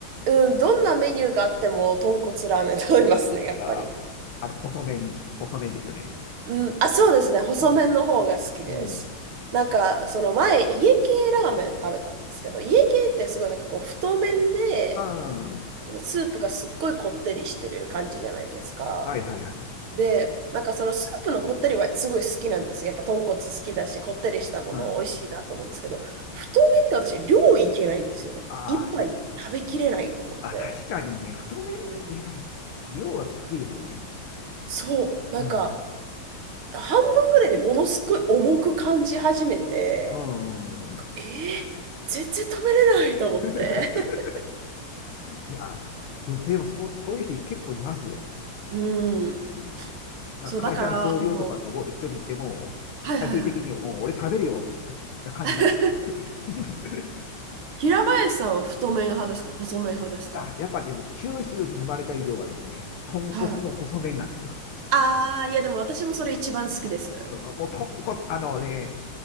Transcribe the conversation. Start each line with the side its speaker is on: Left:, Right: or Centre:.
Right: うん、どんなメニューがあっても豚骨ラーメン食べますね、
Left: <laughs>
Right: やっぱり。
Left: あー、あの、細麺、細麺ですよね。
Right: うん、あ、そうですね、細麺の方が好きです。
Left: うん。うん。
Right: なんか、その前、家系ラーメン食べたんですけど、家系ってすごいなんかこう、太麺で、
Left: あ
Right: スープがすっごいこってりしてる感じじゃないですか。
Left: あ、はいはいはい。
Right: で、なんかそのスープのこってりはすごい好きなんですよ。やっぱ豚骨好きだし、こってりしたもの美味しいなと思うんですけど、
Left: うん。
Right: 太麺って私、量いけないんですよね。
Left: ああ、
Right: 一杯食べきれないと思って。
Left: そう。あ、確かにね、太麺って量がきついですよね。
Right: うん、そう、なんか
Left: うん。う
Right: 半分ぐらいでものすごい重く感じ始めて、
Left: ん。うんうん
Right: なんか、えー、全然食べれないと思って。
Left: <laughs>
Right: <laughs>
Left: いや、女性もそう、そういう人結構いますよ。
Right: うん、
Left: うん。なんか会社の同僚とかとも一緒に行っても、
Right: そう、だから、あの、はいはいはい。
Left: 最終的に、もう俺食べるよ、みたいな感じになってる。
Right: <laughs>
Left: <laughs>
Right: 平林さんは太麺派ですか細麺派ですか
Left: あ、やっぱりでも九州に生まれた以上はですね、豚骨の細麺なんですよ。
Right: はい。ああ、いやでも私もそれ一番好きです。
Left: うんもう豚骨、あのね、